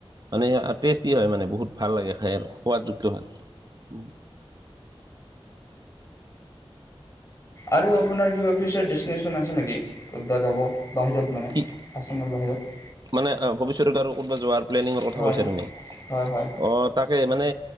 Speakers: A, on the right; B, on the left.
A: মানে টেষ্টি হয় মানে বহুত ভাল লাগে খাই সোৱাদ যুক্ত হয় উম
B: আৰু আপোনাৰ কিবা অফিচৰ দেছিনেচন আছে নেকি ক'তবা যাব বাহিৰত মানে
A: কি
B: আচামৰ বাহিৰত
A: মানে ভৱিষ্যতত আৰু কত'বা যোৱাৰ প্লেনিঙৰ কথা
B: হয়
A: কৈছা তুমি?
B: হয় হয়
A: অ' তাকে মানে